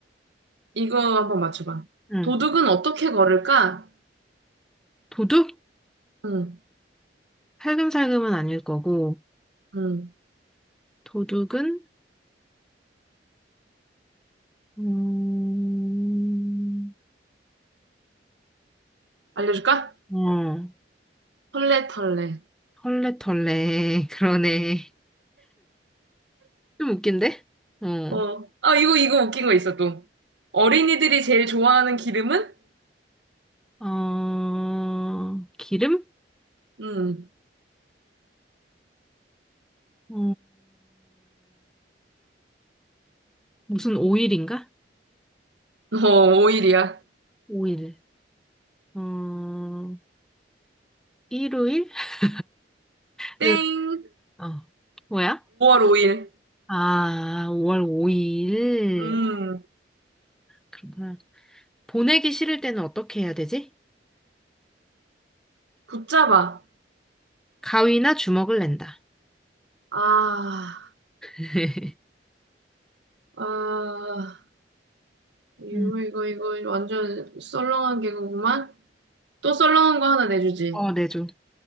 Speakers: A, on the right; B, in the centre.
A: 이거 한번 맞춰봐.
B: 응.
A: 도둑은 어떻게 걸을까?
B: 도둑?
A: 응,
B: 살금살금은 아닐 거고,
A: 응.
B: 도둑은, 음,
A: 알려줄까?
B: 어,
A: 털레털레.
B: 헐레털레, <laughs> 그러네. 좀 웃긴데? 어,
A: 어. 아, 이거, 이거 웃긴 거 있어, 또. 어린이들이 제일 좋아하는 기름은?
B: 어, 기름?
A: 음.
B: 어, 무슨 오일인가?
A: 어, 오일이야.
B: 오일. 어, 일요일 <laughs>
A: 땡.
B: 네... 어, 뭐야?
A: 5월 5일.
B: 아, 5월 5일.
A: 음.
B: 그렇구나. 보내기 싫을 때는 어떻게 해야 되지?
A: 붙잡아.
B: 가위나 주먹을 낸다.
A: 아,
B: <laughs>
A: 아. 이거,
B: 음.
A: 이거, 이거 완전 썰렁한 개그구만. 또 썰렁한 거 하나 내주지.
B: 어, 내줘.